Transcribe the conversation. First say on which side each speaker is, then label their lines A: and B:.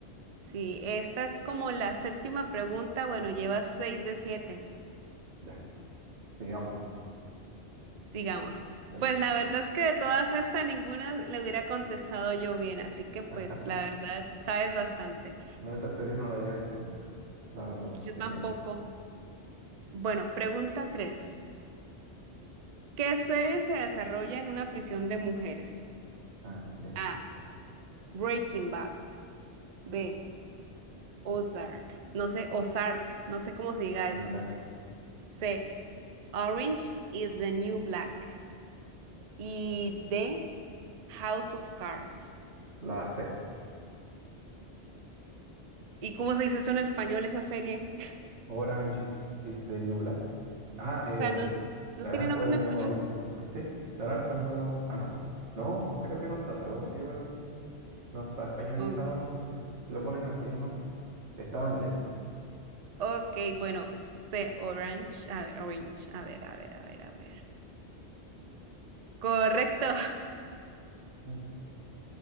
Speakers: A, on the right (about 45°); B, on the right (about 85°).
A: Sí, Sí, esta es como la séptima pregunta. Bueno, llevas seis de siete.
B: Ya, sigamos,
A: Sigamos.
B: ya
A: Pues
B: no.
A: la verdad es que de todas estas, ninguna le hubiera contestado yo bien, así que pues
B: <laughs>
A: la verdad sabes bastante.
B: No, esa serie no la había visto nunca, la verdad.
A: Yo
B: Así
A: tampoco.
B: que,
A: Bueno, pregunta tres ¿Qué serie se desarrolla en una prisión de mujeres?
B: ah, ya,
A: A. Breaking Bad. B. Ozark. No sé, Ozark. No sé cómo se diga
B: ya,
A: eso. C. Orange is the New Black. Y D. House of Cards.
B: la C.
A: ¿Y cómo se dice eso en español, esa serie? <laughs>
B: Orange is, is the New Black. Ah, eh,
A: O sea, no, no
B: Naranjo
A: tiene nombre
B: el
A: en
B: nuevo.
A: español.
B: eh, sí, Naranjo el nuevo. Ah, no. No, creo que no está traducido el. No está españolizado
A: Um,
B: el nombre. Lo ponen así nomás. Estaba en Netflix.
A: ok, bueno, C, Orange. A ver, Orange. A ver, a ver, a ver, a ver. Correcto. <laughs>
B: Mm.